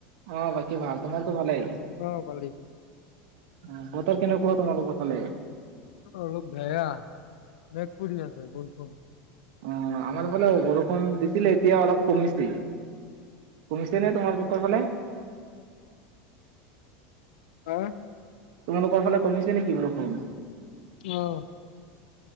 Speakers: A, on the right; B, on the left.
A: অ', বাকী ভাল তোমাৰতো ভালেই। উম,
B: অ ভালেই
A: বতৰ কেনেকুৱা তোমালোকৰ ফালে?
B: অলপ বেয়া মেঘ পৰি আছে বৰষুণ।
A: অঁ, আমাৰ ফালে বৰষুণ দিছিলে এতিয়া অলপ কমিছে। কমিছ চেনে' তোমালোকৰ ফালে?
B: হুম?
A: তোমালোকৰ ফালে কমিছে নেকি বৰষুণ?
B: অহ'।